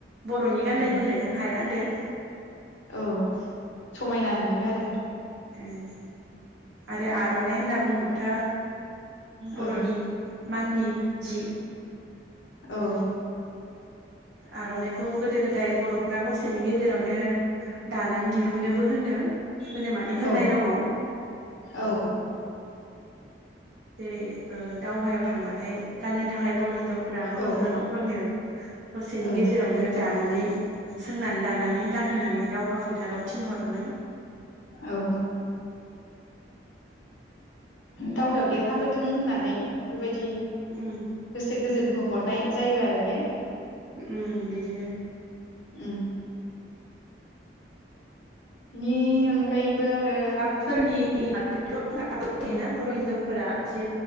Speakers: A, on the right; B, on the left.
A: बर'नि गाननाय
B: औ
A: जोमनायजों हाया होनदो <inaudible>
B: औ समायना नुयो आरो।
A: ओं आरो आर'नाइ होनना बुंङोबाथ बर'नि
B: औ
A: माननि जि
B: औ।
A: आर'नाइखौ गोदो गोदाय बर'फ्रा हरसेनि गेजेरावनो दानानै दिहुनोबो होनो होनो माने होननाय
B: औ
A: दङ।
B: औ
A: जेरै दावहायाव थांबाथाय गाननो थाखाय बर' हिजाव हिनजावफोरा बर'
B: औ
A: जोहोलावफोरनो स हरसेनि
B: ओं
A: गेजेरावनो दानानै - सोंनानै दानानै गानहोनानै दावहा फोथाराव थिनहरोमोन।
B: औ। दावहायाव देरहाबोथों होननानै बेबायदि दि
A: उम
B: गोसो गोजोन होहरनाय जायो आरो ने?
A: उ बिदिनो
B: ओ बिनि अनगायैबो आरो
A: दाबफोरनि <unintelligible> फैयोना
B: ओं
A: बर' हिनजावफोरा जि